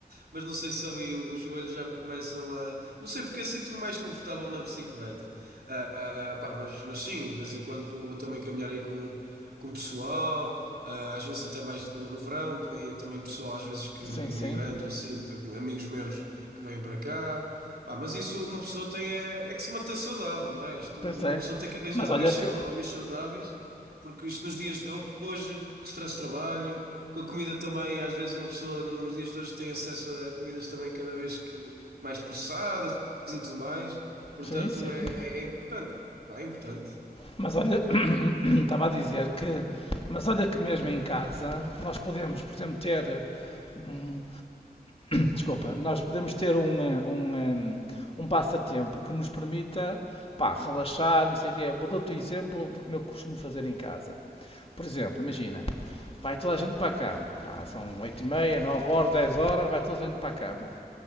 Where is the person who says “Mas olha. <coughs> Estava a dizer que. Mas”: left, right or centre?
Left